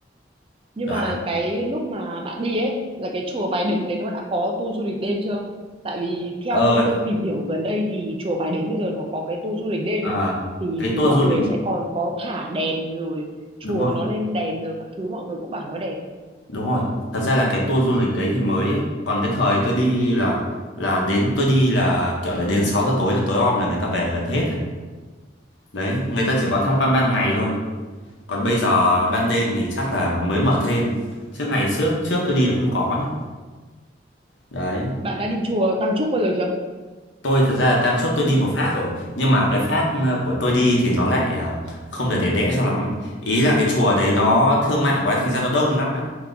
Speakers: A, on the right; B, on the left.
A: Nhưng
B: Đấy.
A: mà cái lúc mà bạn đi ấy là cái chùa Bái Đính đấy nó đã có tour du lịch đêm chưa? Tại vì theo
B: Ờ,
A: tôi tìm hiểu gần đây thì chùa Bái Đính bây giờ nó có cái tour du lịch đêm
B: à,
A: ấy thì
B: cái tour
A: mọi
B: du
A: người
B: lịch,
A: sẽ còn có thả đèn rồi chùa
B: đúng rồi.
A: nó lên đèn rồi các thứ mọi người cũng bảo nó đẹp.
B: Đúng rồi. Thật ra là cái tour du lịch đấy thì mới ấy. Còn cái thời tôi đi là là đến tôi đi là kiểu là đến 6 giờ tối là tối om là người ta về gần hết rồi. Đấy, người ta chỉ có tham quan ban ngày thôi. Còn bây giờ ban đêm thì chắc là mới mở thêm. Chứ ngày trước trước tôi đi là không có nhé. Đấy.
A: Bạn đã đi chùa Tam Trúc bao giờ chưa?
B: Tôi thật ra là Tam Chốt tôi đi một phát rồi. Nhưng mà cái phát ờ, của tôi đi thì nó lại à, không được đẹp đẽ cho lắm. Ý là cái chùa đấy nó thương mại quá thành ra nó đông lắm ạ.